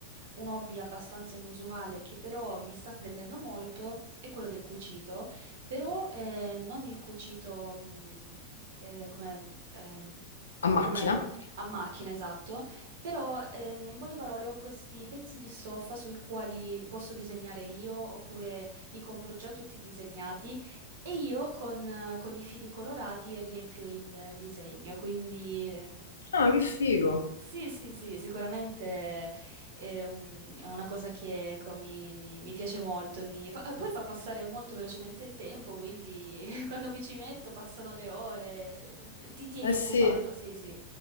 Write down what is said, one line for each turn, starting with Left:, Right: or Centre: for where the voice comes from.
Right: un hobby abbastanza inusuale che però mi sta prendendo molto è quello del cucito, però eh, non il cucito mm, eh, come, eh,
Left: A macchina?
Right: come a macchina, esatto, però ehm, in poche parole ho questi pezzi di stoffa sui quali posso disegnare io oppure li compro già tutti disegnati e io con, eh, con i fili colorati riempio il eh, disegno. Quindi ehm,
Left: Ah, che figo!
Right: sì, sì, sì, sicuramente è, un- è una cosa che ecco, mi, mi- mi piace molto. mi fa- eh, poi fa passare molto velocemente il tempo, quindi <laughs> quando mi ci metto passano le ore, eh, ti tieni
Left: Eh sì.
Right: occupato, sì, sì.